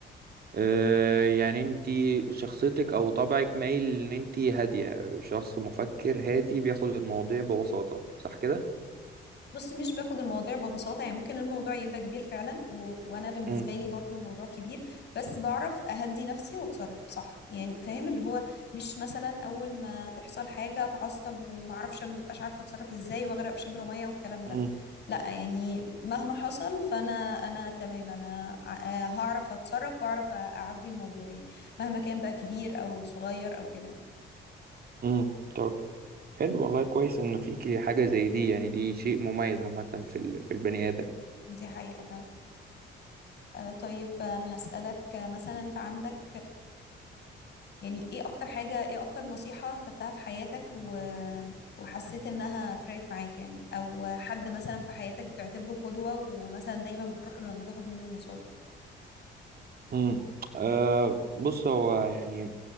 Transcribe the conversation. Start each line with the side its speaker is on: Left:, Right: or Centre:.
Right: آه، يعني انت شخصيتك او طبعك مايل ان انت هادية شخص مفكر هادي بياخد المواضيع ببساطة صح كده؟
Left: بص مش باخد المواضيع ببساطة يعني ممكن الموضوع يبقى كبير فعلا و... وأنا بالنسبة
Right: امم
Left: لي برضو الموضوع كبير بس بعرف أهدي نفسي وأتصرف صح يعني فاهم اللي هو مش مثلا أول ما تحصل حاجة أتعصب ومعرفش مبقاش عارفة أتصرف إزاي وأغرق في شبر مية والكلام ده
Right: امم
Left: لا يعني مهما حصل فأنا أنا تمام أنا ع- هعرف أتصرف وأعرف أعدي الموضوع يعني مهما كان بقى كبير أو صغير أو كده يعني.
Right: امم طب حلو والله كويس انه فيكي حاجة زي دي يعني دي شيء مميز عامة في ال- في البني آدم
Left: دي حقيقة فعلا آه، طيب أنا هسألك آه، مثلا أنت عندك يعني ايه اكتر حاجة ايه اكتر نصيحة خدتها في حياتك و... وحسيت انها فرقت معاك يعني او حد مثلا في حياتك بتعتبره قدوة ومثلا دايما بتروح له لما تاخد منه نصايح
Right: امم آه بص هو يعني